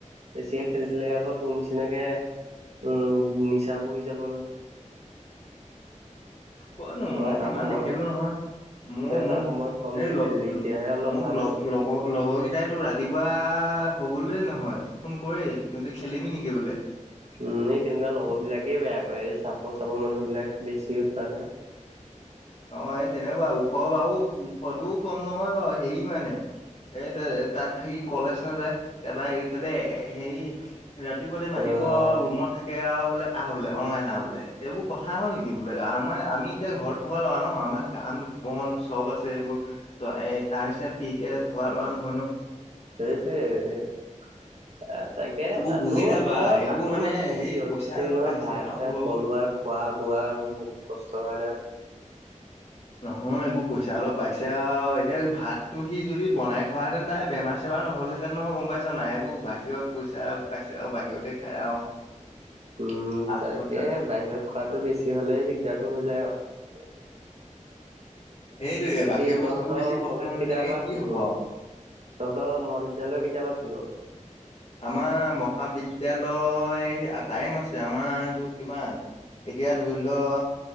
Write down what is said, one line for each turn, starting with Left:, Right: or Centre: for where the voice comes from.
Right: বেছিকে খেলিছিলে আকৌ তোৰ নিচিনাকে উ নিচা বহি যাব নহয়।
Left: ক'তনো
Right: ত'
Left: মই
Right: এটা
Left: ইমান
Right: সময়ত
Left: নেখেলো নহয়। মই
Right: ত এটা
Left: মোক
Right: সময়ত কমটি
Left: এই
Right: খেলিলি এতিয়াহে অলপ
Left: মোক
Right: ভাল
Left: লগ
Right: হৈছে।
Left: লগৰ লগৰ কেইটাই তোৰ ৰাতিপুৱা হবলৈ নহয় ফোন কৰেই বোলে খেলিবি নেকি বোলে?
Right: উম, এই তেনেকুৱা লগৰ বিলাকেই বেয়া কৰে এই চাপৰ চাপৰ মানুহবিলাক বেছি উৎপাদ হয়।
Left: অ', এই তেনেকুৱা ওখ বাৰু ওখটোও কম নহয় বাৰু হে মানে এই তাত থাকি কলেজ নাযায়, তাৰাপা এইফালে হেৰি ৰাতিপুৱাতে মাতিব
Right: অ'
Left: আৰু ৰুমত থাকে আৰু। বোলে আহ বোলে অ'নলাইন আহ বোলে, এইবোৰ কথা হ'ল নেকি বোলে আমাৰ আমি এতিয়া ঘৰত থকা লৰা ন আমাৰ কাম বন চব আছে এইবোৰ, ত এই তাৰ নিচি ফ্ৰী কে থকা লৰা নহয়। হয় ন?
Right: হেৰেই থই আহিলি অ', তাকে
Left: এইবোৰ
Right: তাতো
Left: বুজি
Right: মানুহৰ
Left: নাপায় এইবোৰ
Right: তাতো
Left: মানে
Right: মানুহ বহুত
Left: সেই
Right: ব্যস্ত
Left: পইচা
Right: থাকে
Left: অলপ
Right: নহয়।
Left: পাইছে
Right: ভাত
Left: আৰু
Right: চাত
Left: ৰব
Right: বনোৱা খোৱা <unintelligible> বোৱা বহুত কষ্ট নহয়।
Left: নহয় এইবোৰ পইচা অলপ পাইছে আৰু, এতিয়া ভাতটো সি যদি বনাই খোৱাহেতেন তাই বেমাৰ চেমাৰ ৰ নহ'লেহেঁতে নহয় গ'ম পাইছ নাই। এইবোৰ বাহিৰত পইচা পাইছে আৰু বাহিৰতে খাই আৰু
Right: উম
Left: ফাষ্ট
Right: তাকেহে
Left: ফুড
Right: বাহিৰত খোৱাটো বেছি হলেই দিগদাৰটো হৈ যায় আৰু।
Left: সেইটোৱে
Right: বাকি
Left: বাহিৰৰ বস্তুবোৰ
Right: তহঁতৰ
Left: বেছি পচন্দ
Right: কলেজ
Left: হলে
Right: কেতিয়াৰ
Left: তেনেকে
Right: পৰা
Left: কি
Right: খুলিব?
Left: হব আৰু
Right: তহঁতৰ মহাবিদ্যালয় কেতিয়াৰ পা খুলিব?
Left: আমাৰ মহাবিদ্যালয় টাইম আছে, আমাৰতো কিমান এতিয়া ধৰি লোৱা